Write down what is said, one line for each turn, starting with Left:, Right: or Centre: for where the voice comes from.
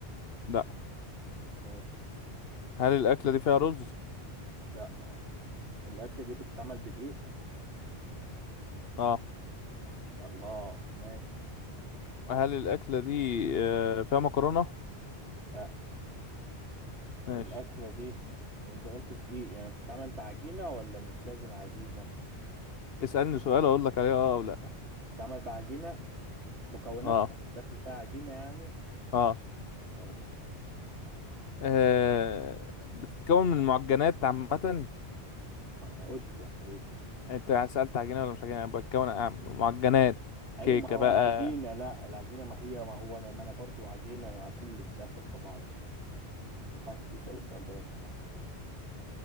Left: لا
Right: ماشي
Left: هل الأكلة دي فيها رز
Right: لا الأكلة دي بتتعمل بدقيق
Left: اه.
Right: الله ماشي
Left: هل الأكلة دي آه، فيها مكرونة؟
Right: لا
Left: ماشي
Right: الأكلة دي انت قلت دقيق يعني بتتعمل بعجينة ولا مش لازم عجينة
Left: اسألني سؤال أقول لك عليه أه أو لأ
Right: بتتعمل بعجينة مكوناتها
Left: أه
Right: داخل فيها عجينة يعني
Left: أه
Right: ماشي
Left: آه، بتتكون من معجنات عامة يعني
Right: ما انا قلت يا حبيبي
Left: أنت سألت عجينة ولا مش عجينة يعني بتتكون عن- معجنات
Right: ايوه
Left: كيكة
Right: ما هو
Left: بقى
Right: العجينه لا العجينه ما هي ما هو انا ما انا برضو عجينه على كله داخل في بعضه ما ينفعش تسال السؤال ده لو سمحت